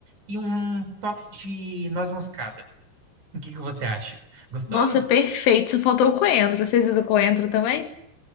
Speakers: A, on the right; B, on the left.
A: e um toque de noz moscada. O que que você acha? Gostoso?
B: Nossa, perfeito. Só faltou o coentro. Vocês usam coentro também?